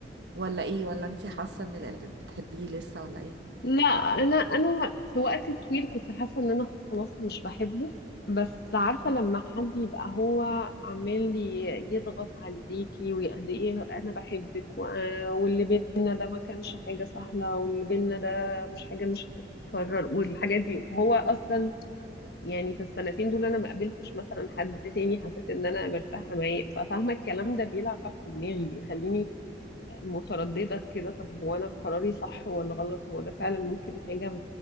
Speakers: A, on the right; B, on the left.
A: ولا ايه ولا انتي حاسة ان ال- بتحبيه لسه ولا ايه
B: لا أنا أنا في وقت طويل كنت حاسة إن أنا خلاص مش بحبه بس عارفة لما حد يبقى هو عمال ي- يضغط عليكي وقد إيه أنا بحبك وأ- واللي بينا ده ما كانش حاجة سهلة واللي بينا ده مش حاجة مش هتتكرر والحاجات دي وهو أصلا يعني في السنتين دول انا ما قابلتش مثلا حد تاني حسيت ان انا مرتاحه معاه ففاهمه الكلام ده بيلعب في دماغي بيخليني متردده كده طب هو انا قراري صح ولا غلط هو ده فعلا ممكن حاجه